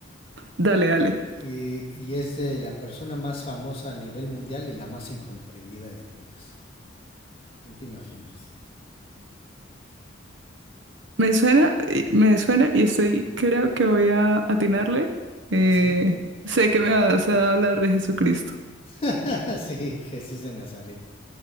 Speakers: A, on the right; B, on the left.
A: Dale, dale.
B: Eh, y es de la persona más famosa a nivel mundial y la más incomprendida de todas. ¿Quién te imaginas?
A: Me suena, y- me suena y estoy, creo que voy a atinarle. Eh,
B: Ah, sí,
A: sé
B: a ver.
A: que me vas a hablar de Jesucristo.
B: <laughs> Sí, Jesús de Nazaret.